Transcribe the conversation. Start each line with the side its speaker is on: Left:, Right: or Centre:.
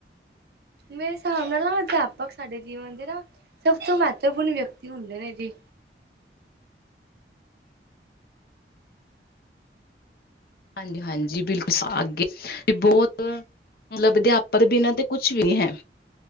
Right: ਮੇਰੇ ਹਿਸਾਬ ਨਾਲ ਨਾ ਅਧਿਆਪਕ ਸਾਡੇ ਜੀਵਨ ਦੇ ਨਾ, ਸਭ ਤੋਂ ਮਹੱਤਵਪੂਰਨ ਵਿਅਕਤੀ ਹੁੰਦੇ ਨੇ ਜੀ।
Left: ਹਾਂਜੀ-ਹਾਂਜੀ, ਬਿਲਕੁਲ ਅਗੇ, ਬਹੁਤ ਮਤਲਬ, ਅਧਿਆਪਕ ਬਿਨਾਂ ਤੇ ਕੁਛ ਵੀ ਨੀ ਹੈ।